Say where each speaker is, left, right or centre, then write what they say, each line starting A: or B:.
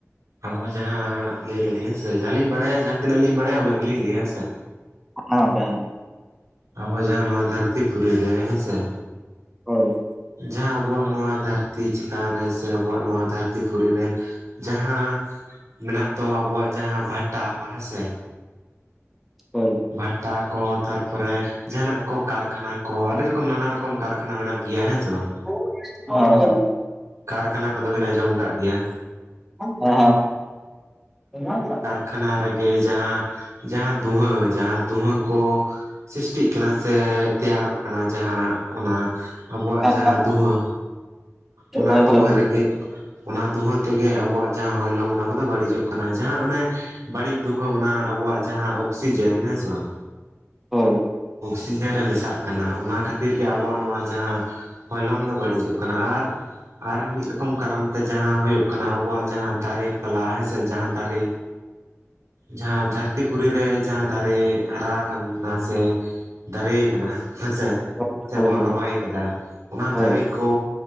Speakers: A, on the right (about 80°); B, in the centre.
A: ᱟᱵᱚ ᱡᱟᱦᱟᱸ ᱞᱟᱹᱭ ᱫᱟᱞᱤᱧ ᱦᱮᱸ ᱥᱮ, ᱡᱟᱦᱟᱸᱞᱤᱧ ᱵᱟᱲᱟᱭᱟ ᱡᱟᱦᱟᱸ ᱛᱤᱱᱟᱹᱜ ᱞᱤᱧ ᱵᱟᱲᱟᱭᱟ ᱩᱱᱟᱹᱜ ᱜᱮᱞᱤᱧ ᱞᱟᱹᱭᱟ ᱦᱮᱸ ᱥᱮ
B: ᱦᱮᱸ ᱜᱚᱝᱠᱮ ᱦᱮᱸ
A: ᱟᱵᱚ ᱡᱟᱦᱟᱸ ᱱᱚᱣᱟ ᱫᱷᱟᱹᱨᱛᱤ ᱯᱩᱨᱩᱨᱤ ᱨᱮ ᱦᱮᱸ ᱥᱮ
B: ᱦᱳᱭ᱾
A: ᱡᱟᱦᱟᱸ ᱟᱵᱚᱣᱟᱜ ᱱᱚᱣᱟ ᱫᱷᱟᱹᱨᱛᱤ ᱪᱮᱛᱟᱱ ᱨᱮ ᱥᱮ ᱟᱵᱚᱣᱟᱜ ᱱᱚᱣᱟ ᱫᱷᱟᱹᱨᱛᱤ ᱯᱩᱨᱤ ᱨᱮ᱾ ᱡᱟᱦᱟᱸ ᱢᱮᱱᱟᱜ ᱫᱚ, ᱟᱵᱚᱣᱟᱜ ᱡᱟᱦᱟᱸ ᱵᱷᱟᱴᱟ ᱦᱮᱸᱥᱮ
B: ᱦᱳᱭ᱾
A: ᱵᱷᱟᱴᱟ ᱠᱚ ᱛᱟᱨᱯᱚᱨᱮ, ᱡᱟᱦᱱᱟᱜ ᱠᱚ ᱠᱟᱨᱠᱷᱟᱱᱟ ᱠᱚ, ᱟᱹᱰᱤ ᱨᱚᱠᱚᱢ ᱱᱟᱱᱟ ᱨᱚᱠᱚᱢ ᱠᱟᱨ ᱠᱷᱟᱱᱟ ᱢᱮᱱᱟᱜ ᱜᱮᱭᱟ ᱦᱮᱸ ᱥᱮ ᱵᱟᱝᱺ
B: ᱦᱳᱭ ᱦᱳᱭ ᱦᱮᱸ ᱦᱮᱸ
A: ᱠᱟᱨᱠᱷᱟᱱᱟ ᱠᱚᱫᱚᱵᱤᱱ ᱟᱸᱡᱚᱢ ᱠᱟᱜ ᱜᱮᱭᱟ᱾
B: ᱦᱮᱸ ᱦᱮᱸ ᱜᱚᱝᱠᱮ
A: ᱠᱷᱟᱱᱟ ᱨᱮᱜᱮ ᱡᱟᱦᱟᱸ ᱡᱟᱦᱟᱸ ᱫᱩᱦᱟᱹ ᱡᱟᱦᱟᱸ ᱫᱩᱦᱟᱹ ᱠᱚ ᱥᱤᱥᱴᱤᱜ ᱠᱟᱱᱟ ᱥᱮ ᱛᱮᱭᱟᱨᱚᱜ ᱠᱟᱱᱟ᱾ ᱡᱟᱦᱟᱸ ᱚᱱᱟ ᱟᱵᱚᱣᱟᱜ
B: ᱦᱮᱸ
A: ᱡᱟᱦᱟᱸ
B: ᱦᱮᱸ
A: ᱫᱷᱩᱣᱟᱹ ᱚᱱᱟ
B: ᱦᱳᱭ
A: ᱫᱩᱸᱦᱟᱹ
B: ᱦᱳᱭ ᱦᱳᱭ ᱦᱳᱭ
A: ᱨᱮᱜᱮ ᱚᱱᱟ ᱫᱩᱸᱦᱟᱹ ᱛᱮᱜᱮ ᱟᱵᱚᱣᱟᱜ ᱡᱟᱦᱟᱸ ᱦᱚᱭᱞᱚᱝ ᱚᱱᱟ ᱠᱚᱫᱚ ᱵᱟᱹᱲᱤᱡᱚᱜ ᱠᱟᱱᱟ ᱡᱟᱦᱟᱸ ᱚᱱᱮ ᱵᱟᱹᱲᱤᱡ ᱫᱩᱦᱟᱹ ᱚᱱᱟ ᱟᱵᱚᱣᱟᱜ ᱡᱟᱦᱟᱸ ᱚᱠᱥᱤᱡᱮᱱ ᱦᱮᱸ ᱥᱮ ᱵᱟᱝ
B: ᱦᱳᱭ
A: ᱪᱤᱱᱦᱟᱹᱨ ᱨᱮ ᱢᱮᱥᱟᱜ ᱠᱟᱱᱟ ᱚᱱᱟ ᱠᱷᱟᱹᱛᱤᱨ ᱜᱮ ᱟᱵᱚᱣᱟᱜ ᱱᱚᱣᱟ ᱡᱟᱦᱟᱸ ᱦᱚᱭᱞᱚᱝ ᱫᱚ ᱵᱟᱹᱲᱤᱡᱚᱜ ᱠᱟᱱᱟ, ᱟᱨ ᱟᱨ ᱢᱤᱫ ᱨᱚᱠᱚᱢ ᱠᱟᱨᱚᱱ ᱛᱮ ᱡᱟᱸᱦᱟ ᱦᱩᱭᱩᱜ ᱠᱟᱱᱟ ᱟᱵᱚᱣᱟᱜ ᱡᱟᱦᱟᱸ ᱫᱟᱨᱮ ᱯᱟᱞᱟ ᱦᱮᱸᱥᱮ ᱡᱟᱦᱟᱸ ᱫᱟᱨᱮ
B: <unintelligible>
A: ᱡᱟᱦᱟᱸ ᱫᱷᱟᱹᱨᱛᱤ ᱯᱩᱨᱤ ᱨᱮ ᱡᱟᱦᱟᱸ ᱫᱟᱨᱮ ᱦᱟᱨᱟ ᱟᱠᱟᱱᱟ ᱥᱮ ᱫᱟᱨᱮ ᱠᱟᱱᱟ ᱦᱮᱸᱥᱮ
B: ᱦᱳᱭ
A: ᱥᱮᱵᱚᱱ ᱨᱚᱦᱚᱭ ᱠᱟᱫᱟ ᱚᱱᱟ
B: ᱦᱳᱭ
A: ᱫᱟᱨᱮ ᱠᱚ